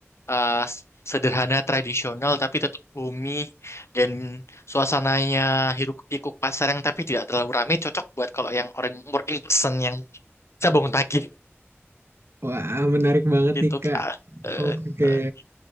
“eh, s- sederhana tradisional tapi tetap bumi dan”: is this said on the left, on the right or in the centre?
Left